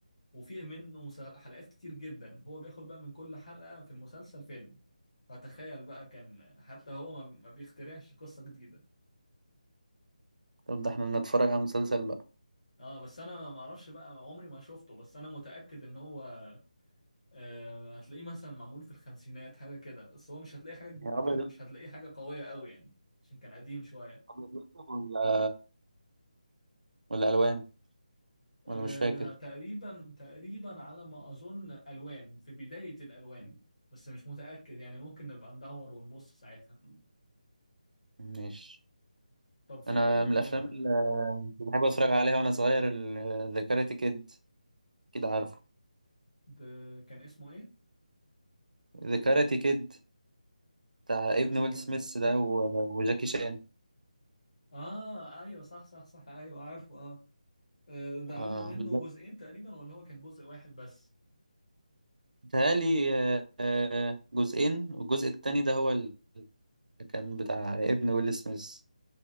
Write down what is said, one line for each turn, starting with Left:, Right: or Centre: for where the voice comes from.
Left: وفيه منه مسا- حلقات كتير جدا هو بياخد بقى من كل حلقة في المسلسل فيلم فتخيل بقى كان حتى هو ما ما بيخترعش قصة جديدة
Right: طب ده احنا بنتفرج على مسلسل بقى
Left: اه بس انا ما اعرفش بقى عمري ما شفته بس انا متأكد ان هو آه هتلاقيه مثلا معمول في الخمسينات حاجة كده بس هو مش هتلاقيه حاجة
Right: يا ابيض
Left: مش هتلاقيه حاجة قوية قوي يعني عشان كان قديم شوية
Right: ابيض وأسود ولا ولا الوان ولا
Left: آه
Right: مش فاكر
Left: تقريبا تقريبا على ما اظن الوان في بداية الالوان بس مش متأكد يعني ممكن نبقى ندور ونبص ساعتها
Right: ماشي
Left: طب في
Right: انا
Left: ايه
Right: من الافلام
Left: آه،
Right: اللي بحب اتفرج عليها وانا صغير ذا كاراتي كيد كده عارفه
Left: ده كان اسمه ايه؟
Right: ذا كاراتي كيد بتاع
Left: ده
Right: ابن ويل
Left: كان
Right: سميث ده و- وجاكي شان
Left: اه ايوه صح صح صح ايوه عارفه اه آه، ده
Right: اه
Left: عملوا منه
Right: بالظبط
Left: جزئين تقريبا ولا هو كان جزء واحد بس
Right: بيتهيألي آه، آه، جزئين والجزء التاني ده هو اللي كان بتاع ابن ويل سميث